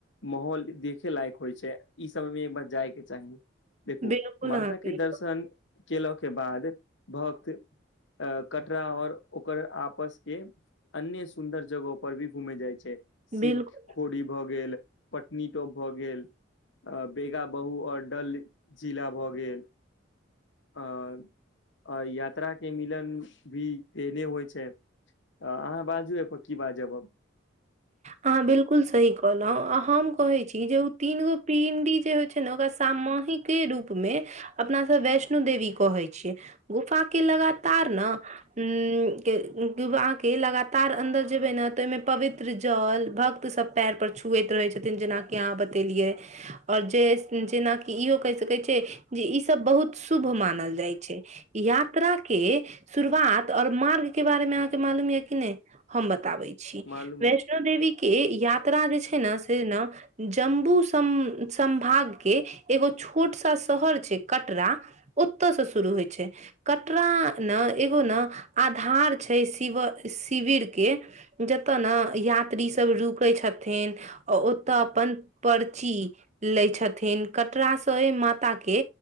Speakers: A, on the left; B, on the right.
A: माहौल देखे लायक होइ छै ई समयमे एक बार जायके चाही देखू
B: बिल्कुल
A: माता
B: अहाँ सही
A: के
B: कहलौं
A: दर्शन केला के बाद भक्त अ कटरा और ओकर आपस के अन्य सुन्दर जगहो पर भी घुमे जाइ छै शिव
B: बिल्कुल
A: खोरी भऽ गेल पट्नीटॉप भए गेल अ बेगा बहु और डल जिला भऽ गेल। आ अ यात्रा के मिलन भी एहने होय छै। आ अहाँ बाजू ए पर की बाजब अब।
B: अहाँ बिल्कुल सही कहलौ आ हम कहै छी जे उ तीनगो पिंडी जे होय छै नै ओकरा सामाहिक के रूप मे अपना सब वैष्णो देवी कहै छियै गुफा के लगातार ना उम्म के उम्म अहाँ के लगातार अन्दर जेबै नै तऽ ओय मे पवित्र जल भक्त सब पैर पर छुएत रहै छथिन जेनाकि अहाँ बतेलियै। और जे जेनाकि इहो कैह सकै छै जे ई सब बहुत शुभ मानल जाय छै। यात्रा के शुरुआत और मार्ग के बारेमे अहाँके मालूम याए कि नै। हम बताबै छी
A: मालूम
B: वैष्णो देवी के यात्रा जे छै नै से ना जम्बू सम संभाग के एगो छोट स शहर छै कटरा। ओता से शुरू होय छै, कटरा न एगो ना आधार छै शिव शिविर के ज ता नै यात्री सब रुकै छथिन आ ओतऽ अपन पर्ची लै छथिन कटरा स ए माता के